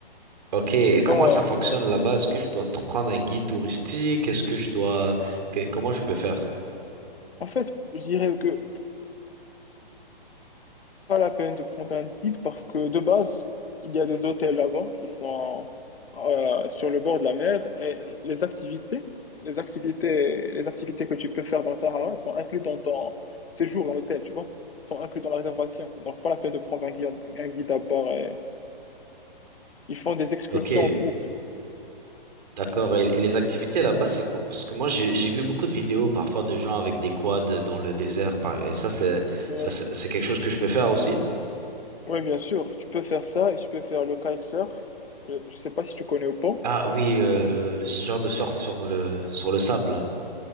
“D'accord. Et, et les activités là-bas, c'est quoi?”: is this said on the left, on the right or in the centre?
Right